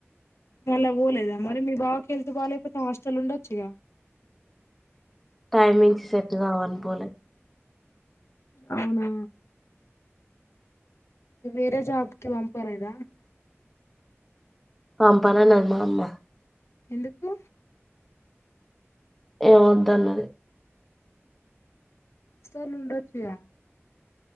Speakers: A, on the left; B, in the centre.
A: మళ్ళా పోలేదా మరి మీ బాకిళ్తు బాగాలేకపోతే హాస్టల్ ఉండొచ్చుగా
B: టైమింగ్స్ సెట్ గావ్ అని పోలే
A: అవునా ఇ వేరే జాబ్కి పంపలేద
B: ఆ <unintelligible>
A: ఎందుకు
B: ఏమఒద్ద అన్న
A: అస్తాలు ఉండచ్చుయ